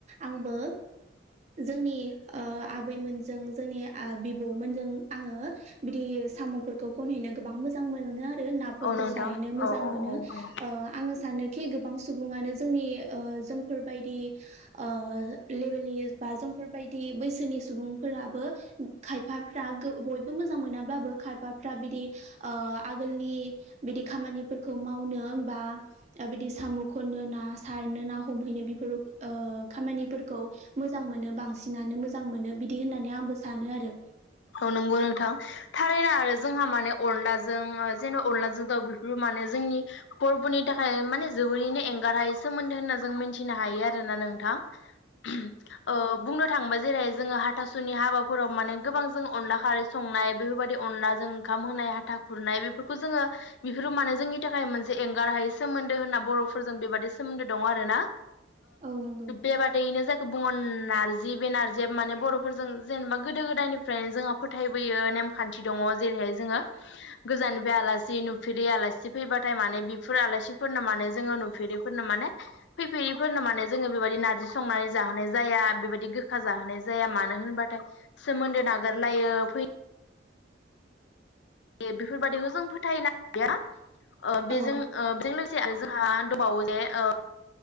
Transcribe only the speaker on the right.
आंबो जोंनि ओ आबैमोनजों जोंनि आ बिब'मोनजों आङो बिदि साम'फोरखौ खनहैनो गोबां मोजां मोनो आरो नाफोरखौ
सारहैनो
मोजां
मोनो
ओ आङो सानोखि गोबां सुबुङानो जोंनि ओ जोंफोरबायदि ओ लेभेलनि बा जोंफोरबायदि बैसोनि सुबुंफोराबो खायफाफ्रा गो बयबो मोजां मोनाब्लाबो खायफाफ्रा बिदि ओ आगोलनि बिदि खामानिफोरखौ मावनो बा बिदि सामु खननो ना सारनो ना हमहै नो बेफोर ओ खामानिफोरखौ मोजां मोनो बांसिनानो मोजां मोनो बिदि होननानै आंबो सानो आरो
औ नंगौ
औ